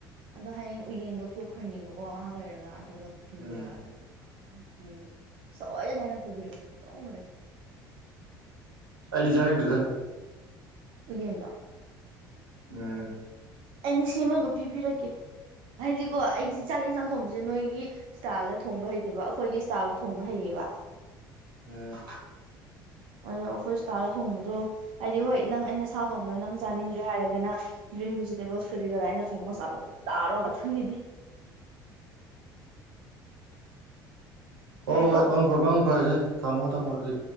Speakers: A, on the right (about 50°); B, on the right (about 80°).
A: ꯑꯗꯣ ꯍꯌꯦꯡ ꯎꯌꯦꯟꯗꯣ ꯊꯣꯛꯈ꯭ꯔꯥꯅꯦꯕꯀꯣ ꯉꯥꯏꯍꯥꯛ ꯂꯩꯔꯒꯥ ꯑꯗꯨꯗꯣ ꯄꯨꯕꯤꯔꯛꯑꯒꯦ
B: ꯎꯝ
A: <unintelligible> ꯁꯣꯏꯗꯅ ꯑꯩꯅ ꯄꯨꯕꯤꯔꯛꯀꯥꯅꯦ ꯗꯣꯡ ꯋꯥꯔꯤ
B: ꯑꯩꯗꯤ ꯆꯥꯅꯤꯡꯗꯦꯗꯥ
A: ꯎꯌꯦꯟꯗꯣ
B: ꯎꯝ
A: ꯑꯩꯅ ꯁꯦꯝꯃꯒ ꯄꯤꯕꯤꯔꯛꯀꯦ ꯍꯥꯏꯗꯤꯀꯣ ꯑꯩꯗꯤ ꯆꯥꯛ ꯌꯦꯟꯁꯥꯡ ꯊꯣꯡꯕꯁꯦ ꯅꯣꯏꯒꯤ ꯁ꯭ꯇꯥꯥꯏꯜꯗ ꯊꯣꯡꯕ ꯍꯩꯇꯦꯕ ꯑꯈꯣꯏꯒꯤ ꯁ꯭ꯇꯥꯥꯏꯜꯗ ꯊꯣꯡꯕ ꯍꯩꯌꯦꯕ
B: ꯎꯝ
A: ꯑꯗꯣ ꯑꯈꯣꯏ ꯁ꯭ꯇꯥꯏꯜ ꯊꯣꯡꯕꯗꯣ ꯍꯥꯏꯗꯤ ꯍꯣꯏ ꯅꯪ ꯑꯩꯅ ꯁꯥ ꯊꯣꯡꯕꯅ ꯅꯪ ꯆꯥꯅꯤꯡꯒꯦ ꯍꯥꯏꯔꯒꯅ ꯒ꯭ꯔꯤꯟ ꯚꯦꯖꯤꯇꯦꯕꯜꯁ ꯀꯔꯤ ꯀꯥꯔꯥ ꯑꯩꯅ ꯊꯣꯡꯕ ꯆꯗꯔꯣ ꯆꯥꯔꯣ ꯃꯊꯪꯒꯤꯗꯤ
B: ꯍꯣ
A: ꯌꯥꯏꯀꯣ
B: ꯍꯣꯏ ꯃꯪ ꯐꯥ ꯃꯪ ꯐꯔꯥꯗꯤ ꯊꯝꯃꯣ ꯊꯝꯃꯣ ꯑꯗꯨꯗꯤ